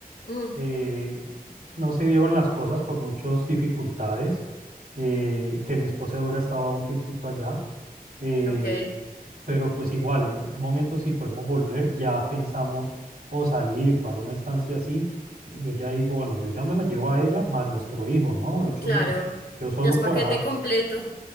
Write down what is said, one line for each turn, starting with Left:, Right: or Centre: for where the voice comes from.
Left: Mm,
Right: eh, no se dieron las cosas por muchas dificultades, eh, y que mi esposa hubiera estado un tiempito allá, eh,
Left: ok,
Right: pero pues igual, en algún momento si podemos volver, ya pensamos o salir para una estancia así, yo ya digo, bueno, yo ya me la llevo a ella, más nuestro hijo, ¿no? De ocho
Left: claro.
Right: meses. Yo solo
Left: Ya es paquete
Right: por ahora,
Left: completo.